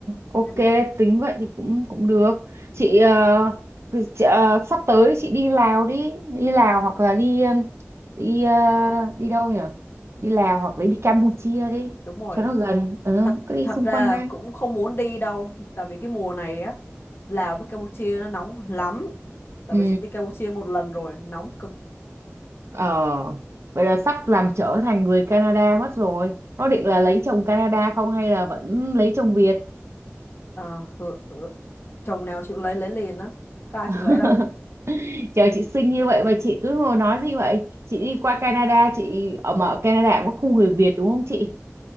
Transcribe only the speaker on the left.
Nên là,
ừ,
đúng rồi.
thật
thật
ra
là
cũng không muốn đi đâu tại vì cái mùa này á Lào với Campuchia nó nóng lắm tại
vì chị đi Campuchia một lần rồi nóng cực
Ờ, ừ, ừ. chồng nào chịu lấy lấy liền á có ai
chịu lấy đâu